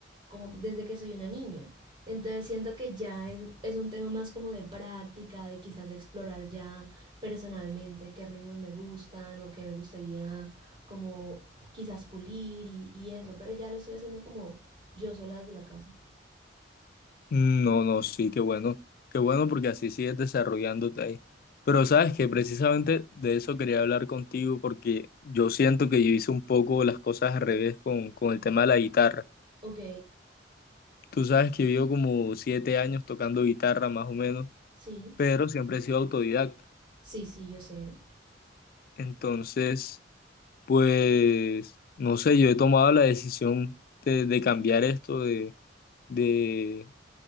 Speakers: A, on the right (about 30°); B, on the left (about 50°).
A: como desde que soy una niña. Entonces siento que ya es, es un tema más como de práctica, de quizás explorar ya personalmente qué ritmos me gustan o qué me gustaría como quizás pulir y, y eso, pero ya lo estoy haciendo como yo sola desde la casa.
B: No, no, sí, qué bueno, qué bueno porque así sigues desarrollándote ahí. Pero sabes que precisamente de eso quería hablar contigo porque yo siento que yo hice un poco las cosas al revés con, con el tema de la guitarra.
A: Ok,
B: Tú sabes que yo como siete años tocando guitarra más o menos,
A: sí,
B: pero siempre he sido autodidacta.
A: sí, sí, yo sé.
B: Entonces, pues, no sé, yo he tomado la decisión de, de cambiar esto, de, de